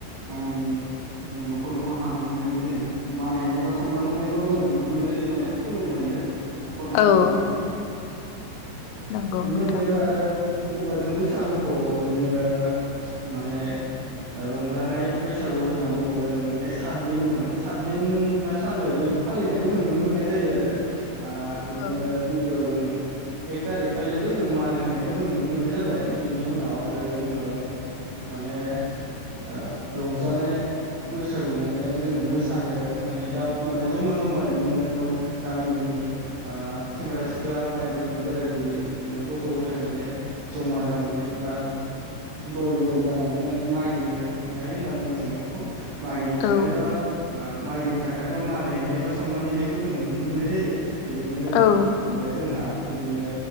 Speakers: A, on the right; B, on the left.
A: गामि
B: <unintelligible> <inaudible>
A: न'खर न'खर हाबनानै माने जों मानहैनाय बा सनमान होनायखौ जों नुनो मोननाय जायो माने खुलुमहैयो न'खर न'ख
B: औ
A: हाबनानै
B: नंगौ
A: बिनि
B: नोंथां
A: अनगायैबो आरो बुङोबा जों बैसागुखौ बिदिनो माने रंजानाय बैसागु होनना बुङोबा जों माने सातदिन माने सातदिना सानबायदिव फालिनायखौ जों नुनो मोननाय जायो आरो आ बिदिनो
B: औ
A: गिबियाव जों एक थारिक खालिथ' जों मान होनाय- खौ जों नुनो मोननाय जाबाय बिनि उनाव आरो जोङो माने अ रंजानाय बैसागु माने जोङो मोसानो माने दा माने जमा-जमा बिदिनो न' गामिनि अ सेंग्रा सिख्ला बा बिदिनो बोराय बुरै बिदि गथ' ग- थाय माने जमा जानानै बा दल-दल जानानै माने मागिनो थांनाय होनना बुंनां- सिगोनखौ मागिनो
B: औ
A: थांनायबा ओ मागिनो थांनाय बा मान हैनाय बा सनमान हैनायखौ जों नुनो मोननाय जायो। बिदिनो जों
B: औ
A: माने जोंहा बिदिनो